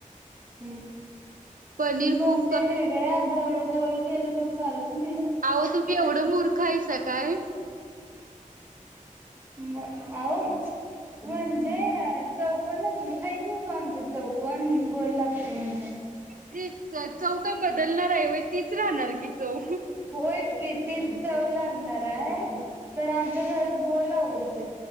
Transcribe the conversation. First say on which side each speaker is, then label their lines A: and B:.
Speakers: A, on the right; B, on the right.
A: हम्म
B: पनीर
A: मग
B: खूप
A: ते
B: क
A: वेगळ्या गोल गोल केलं तर चालत नाही
B: अहो तुम्ही एवढं मूर्त ख हाईसा काय?
A: म अ म्हणजे चौकनच खहीत नवतो आमच्या चौकन गोल लागतो म्हणल.
B: तीत चव काय बदलणार आहे वय तीच राहणार की. चव
A: होयच की तीच चव लागणार हाय आमच्या घरात गोल आवडत